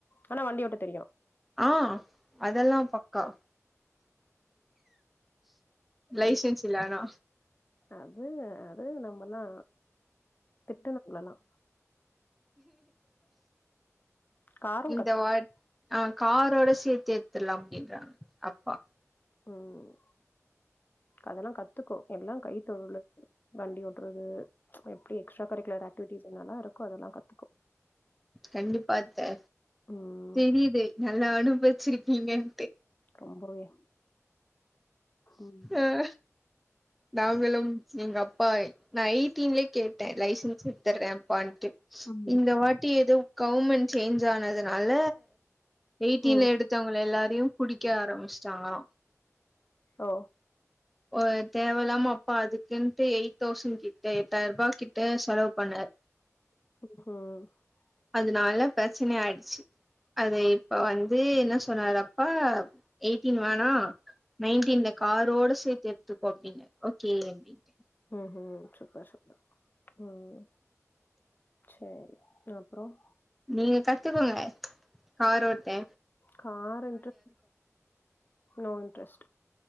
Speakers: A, on the left (about 40°); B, in the centre.
A: ஆனா வண்டியோட்ட தெரியு
B: ஆ அதெல்லா பக்கா லைசன்ஸ்
A: ம்
B: இல்லானா
A: அது அது நம்மல்லா திட்டனு உங்கலல்லா காரு
B: இந்த
A: கத்
B: வாத் ஆ காரோட சேத் சேத்து எடுத்துர்லா அப்டின்றாங்க அப்பா
A: உம் அதெல்லா கத்துக்கோ எல்லா கைத்தொழிலு வண்டி ஓட்றது எப்டி எக்ஸ்ட்ரா கரிக்குலர் ஆக்டிவிட்டிஸ் என்னல்லா இருக்கோ அதெல்லா கத்துக்கோ
B: கண்டிப்பாத்த
A: ம்
B: தெரியுது நல்லாணு வச்சிருக்கீங்கன்
A: ரொம்பவே ம்
B: ஆ அ நாங்களும் எங்க அப்பா நா எயிட்டின்லயே கேட்டே லைசன்ஸ் எடுத்துர்றே அப்பான்ட்டு
A: ம்
B: இந்த வாட்டி எதோ கௌவ்மெண்ட் சேஞ்ச் ஆனதுனால எயிட்டின்ல
A: ம்
B: எடுத்தவங்கள எல்லாத் அதையு புடிக்க ஆரம்பிச்சிட்டாங்களா
A: ஓ
B: ஒரு தேவல்லாம அப்பா அதுக்குன்ட்டு எயிட் தௌசண்ட் கிட்ட எட்டாயிர ரூபா கிட்ட செலவு பண்ணாரு
A: <unintelligible>
B: அதனால பிரச்சனை ஆயிடுச்சு அது இப்ப வந்து என்ன சொன்னாரு அப்பா எயிட்டீன் வேணா நைன்டீன்ல காரோட சேர்த்து எடுத்துக்கோ அப்படின்னு ஓகே அப்டிண்ட
A: உஹம் ஹம் சூப்பர் சூப்பர் உம் சரி அப்புறம்
B: நீங்க கத்துக்கோங்க கார் ரோட்ட
A: கார் என்றது நோ இன்ட்ரெஸ்ட்